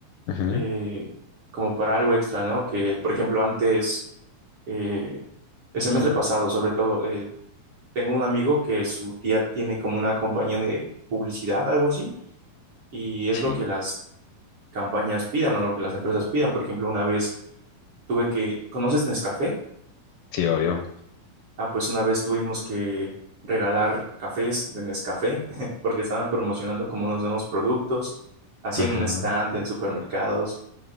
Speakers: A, on the left; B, on the right.
A: ujú.
B: eh, como para algo extra, ¿no? Que, por ejemplo, antes, eh, el semestre pasado, sobre todo, eh, tengo un amigo que su tía tiene como una compañía de publicidad, algo así, y es
A: Sí,
B: lo que las campañas pidan o lo que las empresas pidan. Por ejemplo, una vez tuve que, ¿conoces Nescafé?
A: sí, obvio.
B: Ah, pues una vez tuvimos que regalar cafés de Nescafé <laughs> porque estaban promocionando como unos nuevos productos, así
A: Ajá.
B: en un estante, en supermercados.